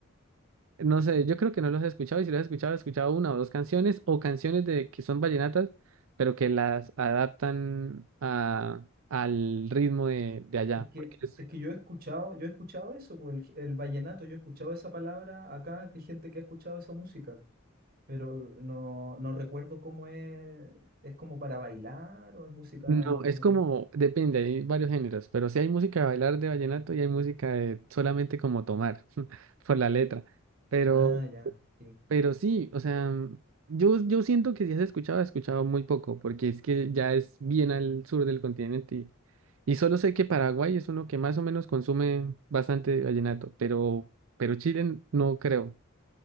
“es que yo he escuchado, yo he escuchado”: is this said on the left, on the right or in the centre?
Right